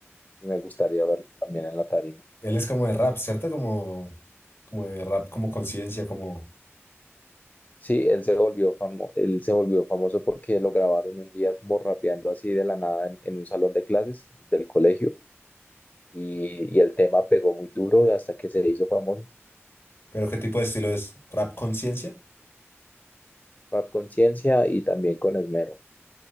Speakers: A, on the left (about 35°); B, on the left (about 55°).
A: y me gustaría verlo también en la tarima.
B: Él es como de rap, ¿cierto? Como, como de rap, como conciencia, como...
A: Sí, él se volvió famo- él se volvió famoso porque lo grabaron un día como rapeando así de la nada en, en un salón de clases del colegio y, y el tema pegó muy duro hasta que se hizo famoso.
B: Pero ¿qué tipo de estilo es? ¿Rap conciencia?
A: Rap Conciencia y también con Esmero.